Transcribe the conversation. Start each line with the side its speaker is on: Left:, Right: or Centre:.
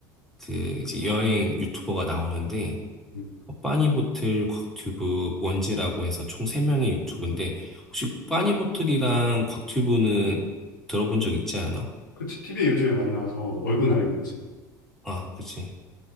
Centre: 그 이제 여행 유튜버가 나오는데
Left: 음.
Centre: 어, 빠니보틀, 곽튜브, 원지라고 해서 총 3명의 유튜브인데 혹시 빠니보틀이랑 곽튜브는 들어본 적 있지 않아?
Left: 그치, TV에 요즘에 많이 나와서 얼굴 알고 있지.
Centre: 아, 그치.